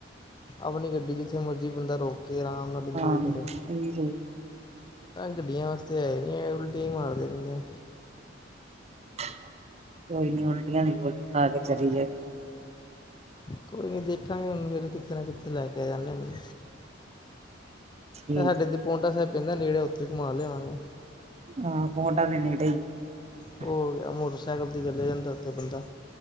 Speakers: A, on the left; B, on the right.
A: ਅਪਣੀ ਗੱਡੀ ਜਿੱਥੇ ਮਰਜ਼ੀ ਬੰਦਾ ਰੋਕੇੇ ਅਰਾਮ ਨਾਲ ਇੰਜੋਏ
B: ਹਾਂ
A: ਕਰੇ
B: ਇਹ ਵੀ ਠੀਕ
A: ਗੱਡੀਆਂ ਵਾਸਤੇ ਹੈ ਈ ਨਹੀਂ ਏ ਉਲਟੀਆਂ ਹੀ ਮਾਰਦੇ ਰੇਂਦੇ
B: ਕੋਈ ਨੀ ਉਲਟੀਆਂ ਦੀ ਗੋਲੀ ਖਾ ਕੇ ਚਲੀ ਜਾਏ
A: ਕੋਈ ਦੇਖਾਂਗੇ ੳਨੂੰ ਫੇਿਰ ਕਿੱਥੇ ਨਾ ਕਿੱਥੇ ਲੈ ਕੇ ਆ ਜਾਂਦੇ ੳਨੂੰ
B: ਠੀਕ
A: ਇਹ ਸਾਡੇ ਤੇ ਪੋਂਟਾ ਸਾਹਿਬ ਪੇਂਦਾ ਨੇੜੇ ਉੱਥੇ ਘੁਮਾ ਲਿਆਵਾਂਗੇ
B: ਹਾ ਪੋਂਟਾ ਸਾਹਿਬ ਨੇੜੇ ਈ ਏ
A: ਉਹ ਹੋ ਗਿਆ ਮੋਟਰਸਾਈਕਲ 'ਤੇ ਚੱਲੇ ਜਾਂਦਾ ਉੱਥੇ ਬੰਦਾ